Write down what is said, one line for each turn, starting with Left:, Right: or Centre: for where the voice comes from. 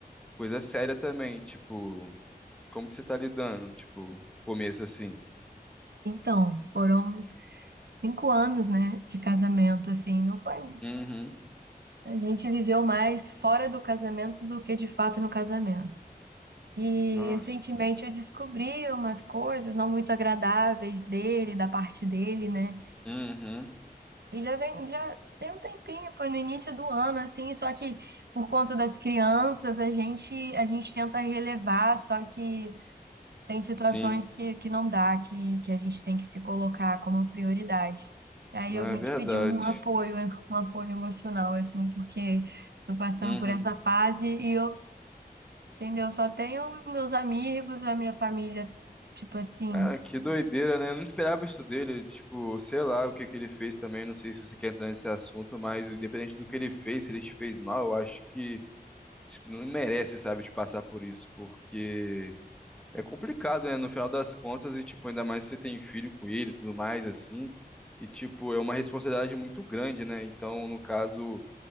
Centre: coisa séria também, tipo, como que você tá lidando? Tipo, começo assim.
Right: Então, foram cinco anos, né, de casamento, assim, não foi
Centre: Uhum.
Right: A gente viveu mais fora do casamento do que de fato no casamento. E
Centre: Nossa.
Right: recentemente eu descobri umas coisas não muito agradáveis dele, da parte dele, né?
Centre: Uhum.
Right: E já vem, já tem um tempinho, foi no início do ano, assim, só que por conta das crianças, a gente, a gente tenta relevar, só que tem situações
Centre: Sim,
Right: que, que não dá, que, que a gente tem que se colocar como prioridade. E aí
Centre: é
Right: eu vim
Centre: verdade.
Right: te pedir um apoio, um apoio emocional, assim, porque tô passando
Centre: Uhum.
Right: por essa fase e eu, entendeu? Só tenho meus amigos, a minha família, tipo assim,
Centre: Cara,
Right: a
Centre: que doideira, né? Eu não esperava isso dele. Tipo, sei lá o que que ele fez também. Não sei se você quer entrar nesse assunto, mas independente do que ele fez, se ele te fez mal, eu acho que tipo, não merece, sabe, de passar por isso, porque é complicado, né? No final das contas, e tipo, ainda mais se você tem filho com ele e tudo mais, assim. E tipo, é uma responsabilidade muito grande, né? Então, no caso.